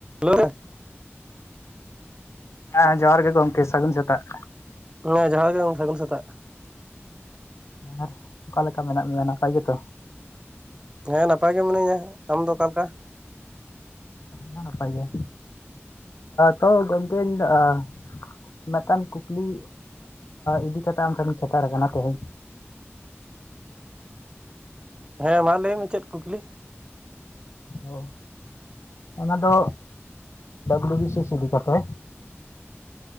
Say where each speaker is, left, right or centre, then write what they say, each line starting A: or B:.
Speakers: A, on the right; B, on the left.
A: Hello
B: ᱦᱮᱸ ᱡᱚᱦᱟᱨ ᱜᱮ ᱜᱚᱢᱠᱮ ᱥᱟᱹᱜᱩᱱ ᱥᱮᱛᱟᱜ᱾
A: ᱦᱮᱸ ᱡᱚᱦᱟᱨ ᱜᱮ ᱜᱚᱝᱠᱮ ᱥᱟᱹᱜᱩᱱ ᱥᱟᱛᱟᱜ ᱾
B: ᱟᱨ ᱚᱠᱟ ᱞᱮᱠᱟ ᱢᱮᱱᱟᱜ ᱢᱮᱭᱟ ᱱᱟᱯᱟᱭ ᱜᱮᱛᱚ?
A: ᱦᱮᱸ ᱱᱟᱯᱟᱭ ᱜᱮ ᱢᱤᱱᱟᱹᱧᱟ, ᱟᱢ ᱫᱚ ᱚᱠᱟ ᱞᱮᱠᱟ?
B: ᱦᱮᱸ ᱱᱟᱯᱟᱭ ᱜᱮ ᱾ᱛᱚ ᱜᱚᱢᱠᱮᱧ <unintelligible> ᱢᱮᱫᱴᱟᱝ ᱠᱩᱠᱞᱤ ᱤᱫᱤ ᱠᱟᱛᱮ ᱟᱢ ᱴᱷᱮᱱᱤᱧ ᱥᱮᱴᱮᱨ ᱠᱟᱱᱟ ᱛᱮᱦᱮᱧ ᱾
A: ᱦᱮᱸ ᱢᱟ ᱞᱟᱹᱭᱢᱮ ᱪᱮᱫ ᱠᱩᱠᱞᱤ?
B: ᱚ ᱚᱱᱟ ᱫᱚ ᱰᱟᱵᱞᱩ ᱵᱤ ᱥᱤ ᱮᱥ ᱤᱫᱤ ᱠᱟᱛᱮ᱾